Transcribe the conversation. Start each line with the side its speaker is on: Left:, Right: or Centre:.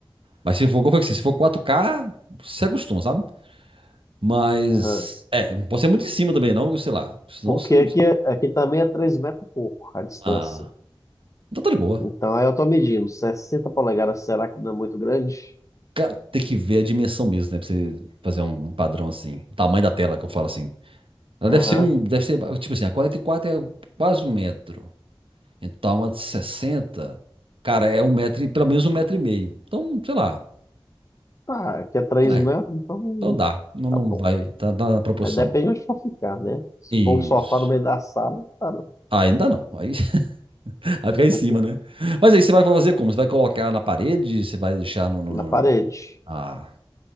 Right: Mas se for, como eu falei, se for 4K, você acostuma, sabe? Mas,
Left: Aham.
Right: é, não pode ser muito em cima também, não, sei lá. Senão
Left: Porque
Right: você.
Left: aqui, aqui também é 3 metros e pouco a distância.
Right: Ah, então tá de boa.
Left: Então, aí eu tô medindo. 60 polegadas, será que não é muito grande?
Right: Cara, tem que ver a dimensão mesmo, né? Pra você fazer um um padrão assim. O tamanho da tela que eu falo assim. Ela
Left: Aham.
Right: deve ser um. Deve ser, tipo assim, a 44 é quase um metro. Então, uma de 60, cara, é um metro, e- pelo menos um metro e meio. Então, sei lá,
Left: Tá, aqui é 3
Right: né?
Left: metros, então
Right: Então dá, não,
Left: tá
Right: não
Left: bom.
Right: vai, tá, dá na proporção.
Left: Aí depende onde for ficar, né? Se
Right: Isso.
Left: for o sofá no meio da sala, tá não.
Right: Ah, ainda não, aí <laughs> vai ficar em cima,
Left: <laughs>
Right: né? Mas aí você vai fazer como? Você vai colocar na parede? Você vai deixar no, no, no-
Left: Na parede.
Right: Ah,